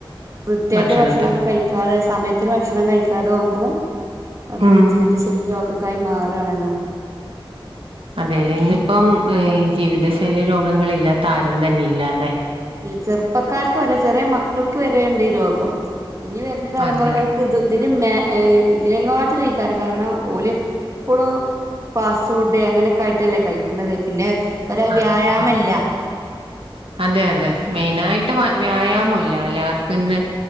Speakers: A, on the right; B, on the right.
A: കൃത്യായിട്ട്
B: ഭക്ഷണത്തിൽ
A: ഭക്ഷണൊക്കെ കഴിക്കാതെ സമയത്തിന് ഭക്ഷണം കഴിക്കാതാവ്മ്പോ അതേ
B: ഉം
A: ജീവിത ശൈലീ രോഗൊക്കായി മാറാണല്ലോ
B: അതെല്ലേ ഇന്നിപ്പം ഈ ജീവിതശൈലി രോഗങ്ങളില്ലാത്ത ആരും തന്നില്ലാലെ
A: ഇല്ല ചെർപ്പക്കാർക്ക് വരെ ചെറ്യെ മക്കക്ക് വരേണ്ട് ഈ രോഗം ഇനി വെര്നെ തലമുറകൾ
B: അതെ
A: ഇത് ഇതിന് മേ ഇതിലെങ്ങാട്ടിലെയ്ക്കാരം കാര്ണം ഓലെപ്പളും ഫാസ്റ്റ് ഫുഡ് അങ്ങെനൊക്കിയ്ട്ടല്ലേ കൈക്ക്ണത് പിന്നെ ഒരു
B: ആഹ്
A: വ്യായാമല്ല
B: പർഞ്ഞോ അതെ അതെ മെയ്നായിട്ട് വ്യായാമൊല്ല എല്ലാർക്കുന്ന്